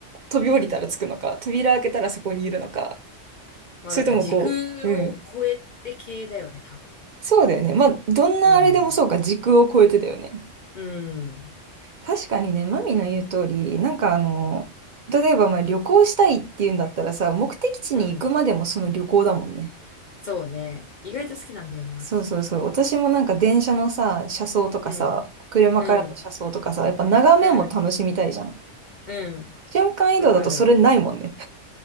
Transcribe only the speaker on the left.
まあ、
だから時空を超えて系だよね、
多分。
うん、
うん、
うん。そうね。意外と好きなんだよね、
私。
うん、
うん、
うん、うん。
わかる。